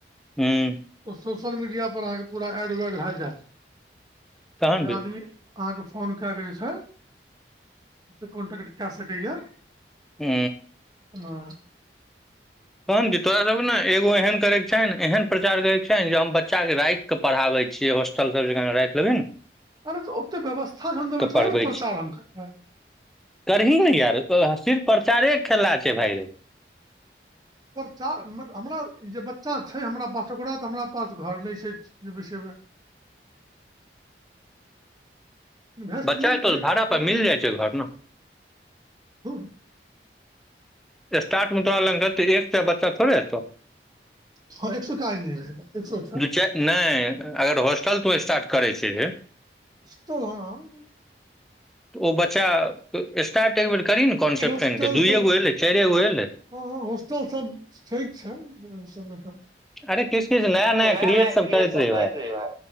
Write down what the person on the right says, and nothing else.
तऽ सोशल मीडिया पर अहाँके पूरा एड वेड भए जायत
जे
आदमी अहाँके फोन क के जे छैय से कॉन्टक्ट कए सकैया।
ह
अरे तऽ ओते व्यवस्था जहन देबै
तहने ने प्रचार
हम करबै।
परचा हमरा जे बच्चा छैय हमरा पास ओकरा तऽ हमरा पास घर नहि छैय। जे बैसेबै। इन्वेस्टमेंट
<unintelligible>
<inaudible> हां एक सौ छ।
तो हँ
होस्टल
सब
हँ हँ होस्टल सब ठीक छैय ओय सब में अखैन
नया
नया क्रएट सब
करैत
रहहि